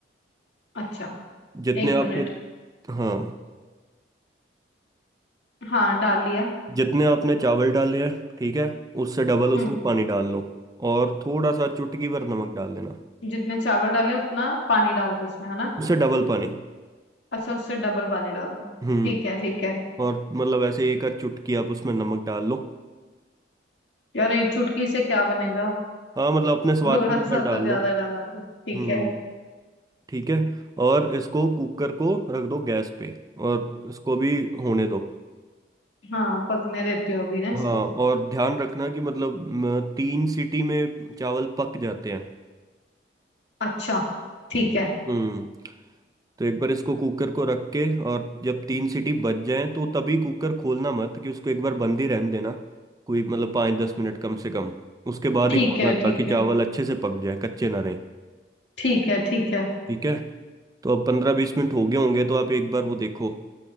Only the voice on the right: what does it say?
जितने
आपने
हाँ
जितने आपने चावल डाले हैं ठीक है उससे डबल उसमें
पानी डाल लो और थोड़ा सा चुटकी भर नमक डाल देना
उससे डबल पानी
हम्म
और मतलब ऐसे एक आध चुटकी आप उसमें नमक डाल लो
हाँ मतलब अपने स्वाद
के अनुसार
डाल
लो
हम्म
ठीक है और इसको कुकर को रख दो गैस पे और इसको भी होने दो
हाँ और ध्यान रखना कि मतलब म, तीन सीटी में चावल पक जाते हैं
हम्म तो एक बार इसको कुकर को रख के और जब तीन सीटी बज जाएं तो तभी कुकर खोलना मत कि उसको एक बार बंद ही रहने देना कोई मतलब पाँच दस मिनट कम से कम उसके बाद
ही खोलना
था कि
चावल अच्छे से पक जाए कच्चे ना रहें
ठीक है तो अब पंद्रह बीस मिनट हो गए होंगे तो आप एक बार वो देखो